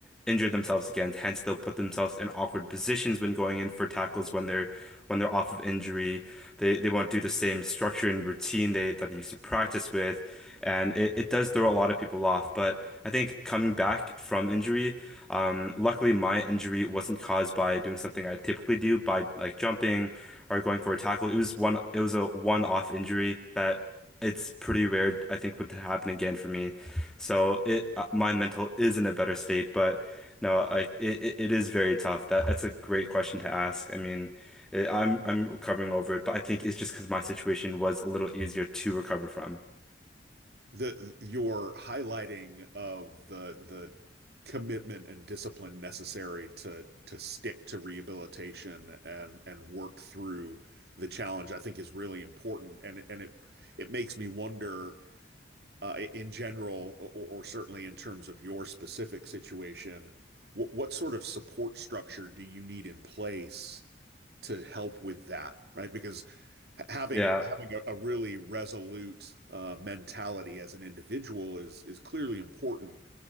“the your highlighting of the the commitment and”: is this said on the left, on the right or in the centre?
Right